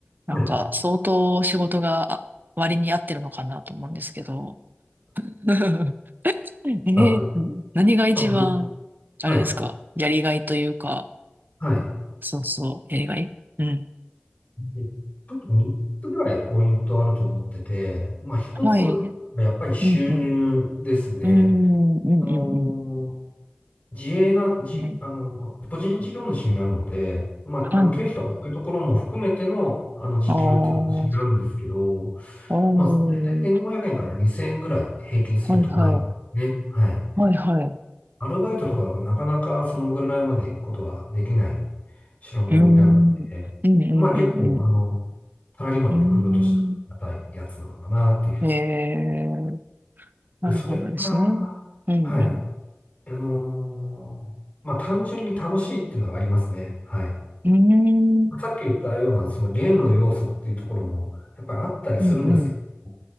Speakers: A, on the right; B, on the left.
A: なんか相当仕事が割に合ってるのかなと思うんですけど。
B: はい。
A: <laughs> ええ
B: あ、ぐ、
A: 何が一番、
B: あ、ぐ、
A: あれですか、
B: はい。
A: やりがいというか、
B: はい。
A: そうそう、やりがいうん。
B: でちょっと3つぐらいポイントあると思ってて、まあ一つ、
A: はい。
B: やっぱり収入ですね。
A: うんうん。うん、うん、
B: あの
A: うん、うん。
B: 自営な、じ、
A: ね
B: あの、個人事業主になるので、まあ、
A: はい。
B: あの、経費とかそういうところも含めての、あの、時給って形になるんですけど、
A: ああ、おー、
B: まあ、1500円から2000円ぐらい平均するとなるんですね。
A: はいはい。
B: はい。
A: はいはい。う
B: アルバイトとかだとなかなかそのぐらいまで行くことはできない代物になるので、
A: ーん、うん、うん、
B: まあ結構、
A: うん、
B: あの、サラリーマンの副業としてはありがたいやつなのかなっていうふうに。
A: うん。うーん。へえなるほどですね。
B: で、それから、
A: うん、うん。
B: はい。あのーまあ、単純に楽しいっていうのはありますね。はい。
A: うーん、
B: さっき言ったような、そのゲームの要素っていうところも、やっぱりあったりするんですけど、
A: うん、うん。